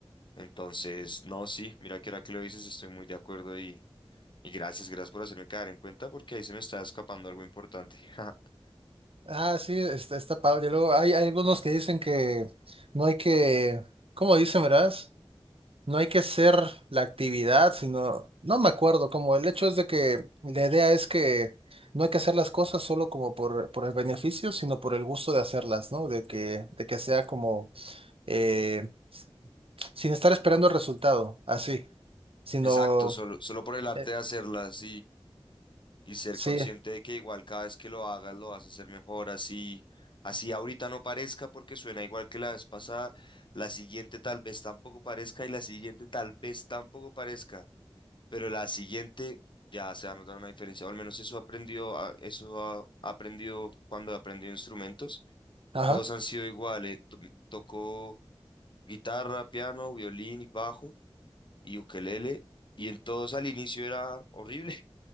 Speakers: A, on the left; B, on the right.
A: Entonces, no, sí, mira que ahora que lo dices, estoy muy de acuerdo y, y gracias, gracias por hacerme caer en cuenta porque ahí se me está escapando algo importante. <laughs>
B: Ah, sí, está, está padre. Luego hay, hay algunos que dicen que no hay que, ¿cómo dicen, verdad? No hay que ser la actividad, sino, no me acuerdo, como el hecho es de que la idea es que no hay que hacer las cosas solo como por, por el beneficio, sino por el gusto de hacerlas, ¿no? De que, de que sea como, eh, sin estar esperando el resultado, así. sino,
A: Exacto, solo, solo por el arte
B: eh,
A: de hacerlas y ser
B: sí,
A: consciente de que igual cada vez que lo hagas lo vas a hacer mejor, así, así ahorita no parezca porque suena igual que la vez pasada, la siguiente tal vez tampoco parezca y la siguiente tal vez tampoco parezca, pero la siguiente ya se va a notar una diferencia, o al menos eso aprendió, a- eso ha aprendido cuando aprendió instrumentos,
B: ajá,
A: todos han sido iguales, to- tocó guitarra, piano, violín y bajo y ukelele. Y en todos al inicio era horrible,